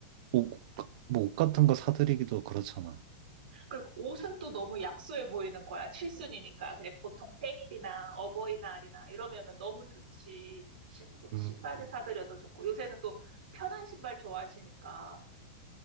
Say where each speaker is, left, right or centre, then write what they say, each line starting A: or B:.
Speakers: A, on the right (about 55°); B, on the right (about 75°).
A: 옷, 뭐 옷 같은 거 사드리기도 그렇잖아.
B: 그 옷은 또 너무 약소해 보이는 거야. 칠순이니까. 그냥 보통 생일이나 어버이날이나 이러면은 너무 좋지. 신, 신발을
A: 음.
B: 사드려도 좋고. 요새는 또 편한 신발 좋아하시니까.